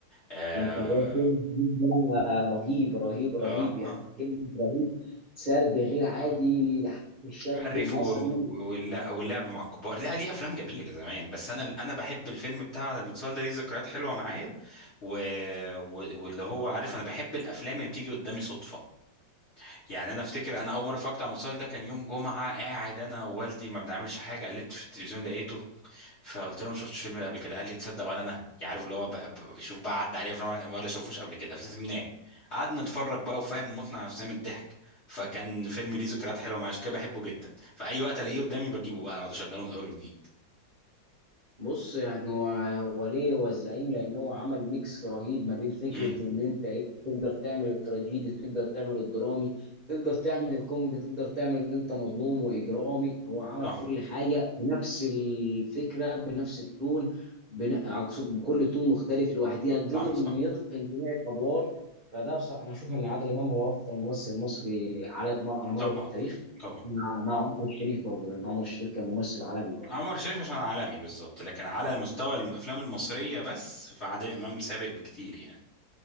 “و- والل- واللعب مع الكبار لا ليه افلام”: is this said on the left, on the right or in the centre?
Left